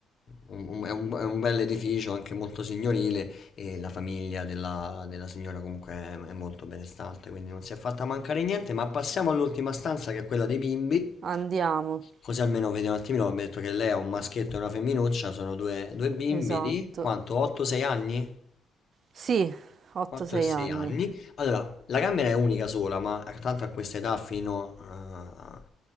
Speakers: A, on the left; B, on the right.
A: un- un- è un, è un bel edificio, anche molto signorile, e la famiglia della, della signora comunque è, è molto benestante, quindi non si è fatta mancare niente, ma passiamo all'ultima stanza che è quella dei bimbi,
B: Andiamo.
A: così almeno vediamo un attimino, abbiamo detto che lei ha un maschietto e una femminuccia, sono due, due bimbi
B: Esatto.
A: di quanto? 8-6 anni?
B: Sì, 8-6
A: 4 e 6
B: anni.
A: anni. Allora, la camera è unica sola, ma tanto a questa età fino eh,